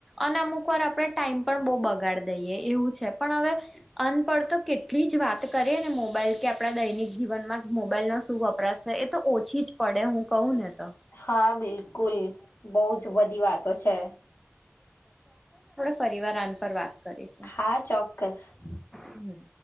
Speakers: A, in the centre; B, on the left.
A: અને અમુક વાર આપણે ટાઈમ પણ બહુ બગાડી દઈએ એવું છે પણ હવે અનપઢ તો કેટલી જ વાત કરે ને મોબાઈલ કે આપડા દૈનિક જીવનમાં મોબાઈલનો શું વપ પરાશ એ તો ઓછી જ પડે હું કહું ને તો
B: હા બિલ કુલ બહુ જ બધી વાતો છે.
A: પરિવાર આન પર વાત કરીશું
B: હા ચોક્કસ
A: હમ